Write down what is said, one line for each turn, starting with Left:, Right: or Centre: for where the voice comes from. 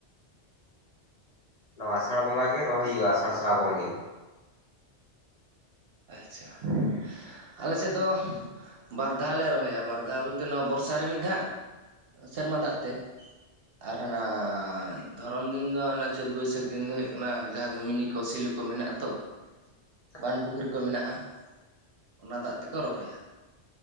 Left: ᱱᱚᱣᱟ ᱟᱥᱟᱲ ᱵᱚᱸᱜᱟ ᱜᱮ ᱨᱚᱦᱚᱭ ᱦᱩᱭᱩᱜᱼᱟ ᱟᱥᱟᱲ ᱥᱟᱨᱟᱵᱚᱱ ᱜᱮ ᱾
Right: ᱟᱪᱷᱟ ᱾ ᱟᱞᱮᱥᱮᱫ ᱫᱚ ᱵᱟᱨ ᱫᱷᱟᱣ ᱞᱮ ᱨᱚᱦᱚᱭᱟ ᱵᱟᱨ ᱫᱷᱟᱣ ᱵᱚᱞᱛᱮ ᱱᱚᱣᱟ ᱵᱚᱨᱥᱟ ᱨᱮ ᱢᱤᱫ ᱫᱷᱟᱣᱼᱼ ᱥᱮᱨᱢᱟ ᱫᱟᱜ ᱛᱮᱼᱼ ᱟᱨ ᱦᱟᱱᱟ ᱫᱷᱚᱨᱚᱱ ᱫᱤᱱ ᱫᱚ ᱦᱟᱱᱟ ᱪᱟᱹᱛ ᱵᱟᱹᱭᱥᱟᱹᱠᱷ ᱫᱤᱱ ᱫᱚ ᱦᱩᱭᱩᱜ ᱠᱟᱱᱟ ᱡᱟᱦᱟᱸ ᱫᱚ ᱢᱤᱱᱤ ᱠᱚ ᱥᱤᱞᱩᱼᱼ ᱠᱚ ᱢᱮᱱᱟᱜ ᱛᱚ᱾
Left: <inaudible>
Right: ᱵᱟᱸᱫ ᱯᱩᱠᱷᱨᱤ ᱠᱚ ᱢᱮᱱᱟᱜᱼᱟ, ᱚᱱᱟ ᱫᱟᱜ ᱛᱮᱠᱚ ᱨᱚᱦᱚᱭᱟ᱾